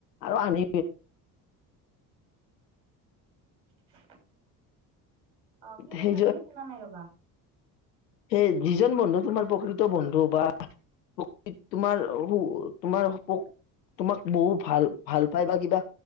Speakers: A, on the left (about 75°); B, on the right (about 60°).
A: আৰু আনি
B: <unintelligible> অ' কি কৈছা
A: সেই
B: তুমি শুনা নাই ৰ'বা।
A: সেই যিজন বন্ধু তোমাৰ প্ৰকৃত বন্ধু বা প্ৰকৃত তোমাৰ হওঁ তোমাৰ হওক তোমাক বহু ভাল ভাল পায় বা কিবা।